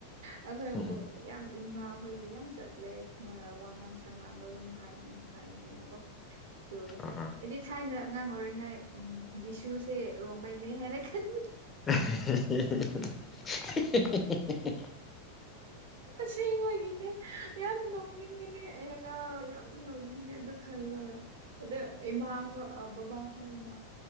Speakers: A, on the right (about 60°); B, on the left (about 20°).
A: ꯑꯩꯈꯣꯏꯕꯨ
B: ꯎꯝ
A: ꯌꯥꯝ ꯏꯃꯥꯈꯣꯏꯗ ꯌꯥꯝ ꯆꯠꯂꯦ ꯋꯥꯉꯥꯡ ꯁꯉꯥꯡꯗꯣ ꯑꯗꯨꯝ ꯍꯥꯏꯅꯤꯡꯉ ꯍꯥꯏꯕꯅꯦꯕꯀꯣ ꯑꯩꯗꯤ
B: ꯑꯥ ꯑꯥ
A: ꯊꯥꯏꯅ ꯑꯉꯥꯡ ꯑꯣꯏꯔꯤꯉꯥꯏ ꯎꯝ ꯖꯤꯁꯨꯁꯦ ꯔꯣꯡꯃꯩꯅꯦ ꯍꯥꯏꯅ ꯈꯟꯕꯅꯦ
B: <unintelligible>
A: ꯑꯁꯦꯡꯕꯒꯤꯅꯦ ꯌꯥꯝ ꯅꯣꯛꯅꯤꯡꯕꯅꯦ ꯑꯩ ꯑꯉꯥꯡ ꯑꯣꯏꯔꯤꯉꯩ ꯅꯤꯡꯉꯦ ꯑꯗꯨ ꯈꯜꯂꯒ ꯑꯗ ꯏꯃꯥ ꯈ ꯕꯕꯥ ꯈꯣꯏꯅ